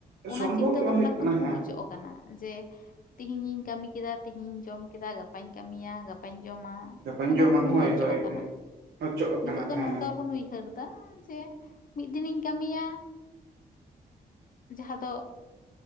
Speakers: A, on the left; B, on the right.
A: ᱚᱱᱟ
B: ᱥᱚᱢᱵᱷᱚᱵ
A: ᱪᱤᱱᱛᱟᱹ
B: ᱜᱮ ᱵᱟᱝ
A: ᱵᱷᱟᱵᱱᱟ
B: ᱦᱩᱭᱩᱜ
A: ᱠᱷᱚᱱ
B: ᱠᱟᱱᱟ
A: ᱫᱚᱵᱚᱱ
B: ᱦᱮᱸ
A: ᱚᱪᱚᱜ ᱠᱟᱱᱟ ᱡᱮ ᱛᱮᱦᱤᱧ ᱤᱧ ᱠᱟᱹᱢᱤ ᱠᱮᱫᱟ ᱛᱤᱦᱤᱧ ᱡᱚᱢ ᱠᱮᱫᱟ ᱜᱟᱯᱟᱧ ᱠᱟᱹᱢᱤᱭᱟ ᱜᱟᱯᱟᱧ ᱡᱚᱢᱟ᱾
B: ᱜᱟᱯᱟᱧ
A: ᱚᱱᱟ
B: ᱡᱚᱢᱟ
A: ᱠᱷᱚᱱ ᱫᱚᱵᱚᱱ
B: ᱦᱳᱭ
A: ᱚᱪᱚᱜ
B: ᱦᱳᱭ
A: ᱠᱟᱱᱟ
B: ᱦᱮᱸ ᱚᱪᱚᱜ ᱟᱠᱟᱱᱟ
A: ᱱᱤᱛᱳᱜ ᱫᱚ
B: ᱦᱮᱸ
A: ᱱᱚᱝᱠᱟ ᱵᱚᱱ ᱩᱭᱦᱟᱹᱨ ᱮᱫᱟ ᱫᱟ ᱡᱮ ᱢᱤᱫ ᱫᱤᱱᱤᱧ ᱠᱟᱹᱢᱤᱭᱟ᱾ ᱡᱟᱦᱟᱸ ᱫᱚ